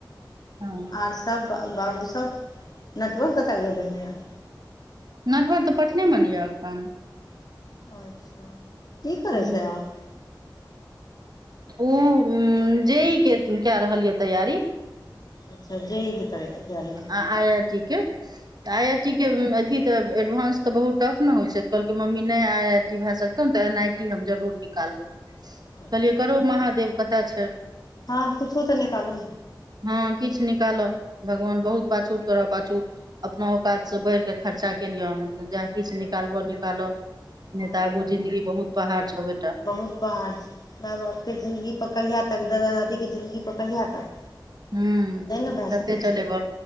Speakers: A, on the right; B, on the left.
A: हँ
B: आर सब बाबू सब नेटवर्क कतऽ गेललेन यऽ
A: नटहर तऽ पटनेमे ने यऽ एखन
B: अच्छा की करै
A: हूँ
B: छै आब
A: ओ जे ई ‌के केरहल यऽ तैयारी
B: अच्छा जे ई क तर तैयरी
A: आइ आइ टी के आइ आइ टी के अथ तऽ एडवान्स तऽ बहुत टफ न होइ छै तऽ कहलकै मम्मी नै आइ आइ टी भए सकतौ ने तऽ एन आइ टी हम जरूर निकालबौ कहलियए
B: अच्छा
A: करो महादेव कतय छै
B: हँ कुछो तऽ निकालू
A: हँ किछ निकालह भगवान
B: हँ
A: बहुत पाछू तोरा पाछू अपना औकात से बढ़िके खर्चा केलियै हन जे किछ निकालबो निकालब
B: हँ
A: ने तऽ आगू जिंदगी बहुत पहाड़ छबे
B: बहुत पहाड़ छै माय बाप के जिंन्दगी प कहिया तक दादा दादी जिन्दगी प कहिया तक
A: हूँ
B: नै ने भए
A: कते
B: सकै
A: चलेबह
B: छै